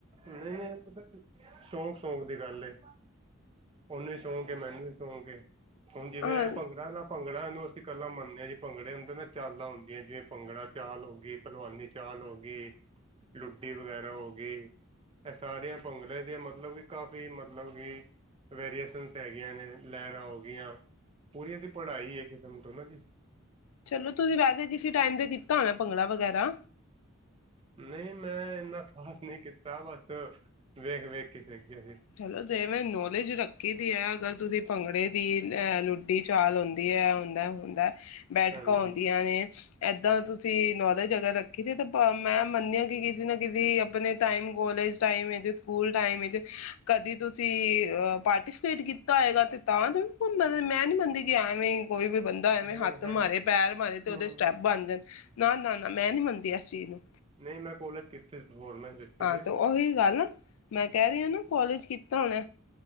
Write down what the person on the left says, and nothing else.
ਹਾਂ
ਚਲੋ ਤੁਸੀਂ ਵੈਸੇ ਕਿਸੇ ਟਾਈਮ ਤੇ ਕੀਤਾ ਹੋਣਾ ਭੰਗੜਾ ਵਗੈਰਾ
ਚਲੋ ਤੇ ਮੈਂ ਨੌਲੇਜ ਰੱਖੀ ਦੀ ਹੈ ਅਗਰ ਤੁਸੀਂ ਭੰਗੜੇ ਦੀ ਅ ਲੁੱਡੀ ਚਾਲ ਹੁੰਂਦੀ ਹੈ ਹੁੰਦਾ ਹੁੰਦਾ ਬੈਠਕਾਂ
ਆਉਂਦੀਆਂ ਨੇ ਏਦਾਂ ਤੁਸੀਂ ਨੌਲੇਜ ਅਗਰ ਰੱਖ ਕਿਤੇ ਤਾਂ ਮੈਂ ਮੰਨਦੀ ਹਾਂ ਕਿ ਕਿਸੇ ਨਾ ਕਿਸੇ ਆਪਣੇ time college time school time ਵਿੱਚ ਕਦੀ ਤੁਸੀਂ ਪਾਰਟੀਸਪੇਟ ਕੀਤਾ ਹੈਏਗਾ ਅਤੇ ਤਾਂ ਮਲ ਮੈਂ ਨਹੀਂ ਮੰੰਦੀ ਕਿ ਐਵੇਂ ਕੋਈ ਵੀ ਬੰਦਾ ਐਵੇਂ
ਹੱਥ
ਮਾਰੇ ਪੈਰ ਮਾਰੇ ਤੇ
ਉਹਦੇ ਸਟੈਪ ਬਣ ਜਾਣ ਨਾ ਨਾ ਨਾ ਮੈਂ ਨੀ ਮੰਨਦੀ ਇਸ ਚੀਜ਼ ਨੂੰ।
ਹਾਂ
ਤੇ ਉਹੀ ਗੱਲ ਆ। ਮੈਂ ਕਹਿ ਰਹੀ ਆ ਨਾ ਕਾਲਜ ਕੀਤਾ ਹੁਨਾ।